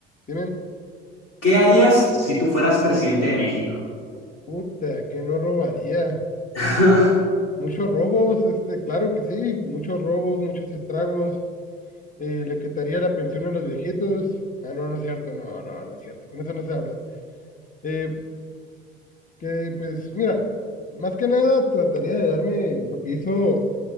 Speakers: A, on the left; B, on the left.
A: dime.
B: ¿Qué harías si tú fueras presidente de México?
A: Puta, que no robaría.
B: <laughs>
A: Muchos robos, este, claro que sí. Muchos robos, muchos estragos. Eh, le quitaría la pensión a los viejitos. Ah, no, no es cierto. No, no, no es cierto. Con eso no se habla. Eh, Que pues, mira, más que nada trataría de darme lo que hizo,